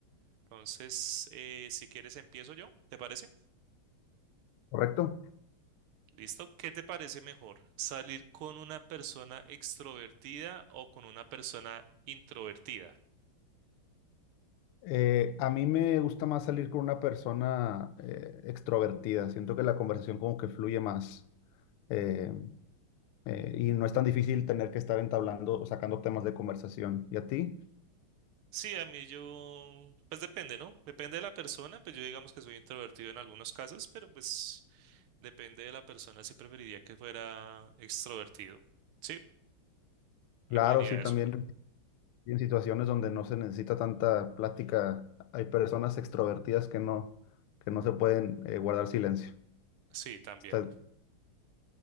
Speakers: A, on the right (about 80°); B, on the left (about 85°).
A: Entonces, eh, si quieres empiezo yo, ¿te parece?
B: ¿Correcto?
A: Listo. ¿Qué te parece mejor? ¿Salir con una persona extrovertida o con una persona introvertida?
B: Eh, a mí me gusta más salir con una persona eh, extrovertida. Siento que la conversación como que fluye más eh, eh, y no es tan difícil tener que estar entablando o sacando temas de conversación. ¿Y a ti?
A: Sí, a mí yo, pues depende, ¿no? Depende de la persona, pues yo digamos que soy introvertido en algunos casos, pero pues depende de la persona si preferiría que fuera extrovertido. Sí, preferiría
B: Claro, sí, también
A: eso.
B: Y en situaciones donde no se necesita tanta plática, hay personas extrovertidas que no, que no se pueden eh, guardar silencio.
A: Sí, también.
B: Está-